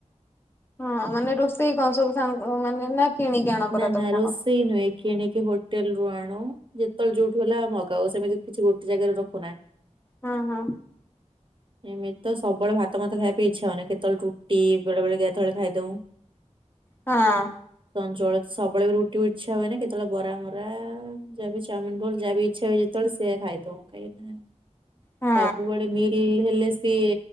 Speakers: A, on the left (about 20°); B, on the right (about 45°).
A: ହଁ ମାନେ ରୋଷେଇ କ ଣସବୁ ସାଙ୍ଗ ମାନେ ନା କିଣିକି ଆଣ ପରା
B: ନା
A: ତମେ
B: ନା ରୋଷେଇ
A: କଣ?
B: ନୁହେଁ। କିଣିକି ହୋଟେଲ ରୁ ଆଣୁ ଯେତେବେଳେ ଯୋଉଠୁ ହେଲା ମଗାଉ ସେମିତି କିଛି ଗୋଟେ ଜାଗାରୁ ରଖୁନା
A: ହଁ ହଁ
B: <inaudible> ଏମିତି ତ ସବୁବେଳେ ଭାତ ମାତ ଖାଇବା ପାଇଁ ଇଚ୍ଛା ହଉନି କେତେବେଳେ ରୁଟି ବେଳେ ବଳେ କେତେବେଳେ ଖାଇଦଉ,
A: ହଁ,
B: ଜଳେତ ସବୁବେଳେ ବି ରୁଟିିବ ଇଚ୍ଛା ହୁଏ ନା କେତେବେଳେ ବରା ମରା ଯା ବିି ଚାଉମିନ ରୋଲ ଯାହା ବି ଇଚ୍ଛା ହୁଏ। ଯେତେବେଳେ ସେଆ ଖାଇଦଉ କାହିଁକି ନା
A: ହଁ
B: ସବୁବେଳେ ମିଲ୍ ହେଲେ। ସିଏ